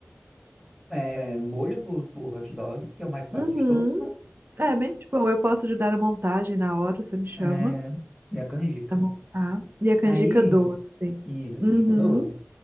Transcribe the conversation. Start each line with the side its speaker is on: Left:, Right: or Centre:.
Centre: é, molho por, por hot dog, que é o mais fácil
Right: uhum.
Centre: de todos, né?
Right: É bem, tipo, eu posso ajudar na montagem na hora, você me chama
Centre: É, e a canjica.
Right: pra montar. E a canjica
Centre: Aí,
Right: doce.
Centre: isso, a
Right: Uhum.
Centre: canjica doce.